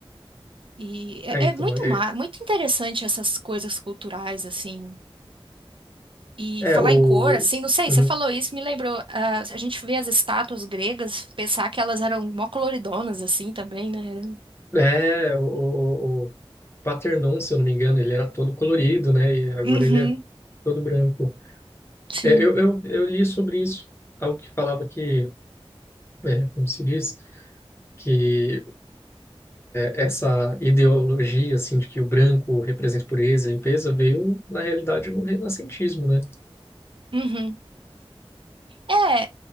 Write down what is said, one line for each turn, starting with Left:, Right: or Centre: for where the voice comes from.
Right: E
Left: É,
Right: é,
Left: então,
Right: é muito,
Left: é,
Right: ma- muito interessante essas coisas culturais, assim. E
Left: é
Right: falar
Left: o.
Right: em cor, assim, não sei,
Left: Uhum.
Right: você falou isso, me lembrou. ah, a gente vê as estátuas gregas, pensar que elas eram mó coloridonas, assim, também, né? Era-
Left: É, o, o Paternon, se eu não me engano, ele era todo colorido, né? E agora
Right: Uhum,
Left: ele é todo branco.
Right: sim.
Left: É, eu, eu, eu li sobre isso, algo que falava que, é, como se diz que essa ideologia assim de que o branco representa pureza e limpeza veio na realidade no renascentismo, né?
Right: Uhum. É,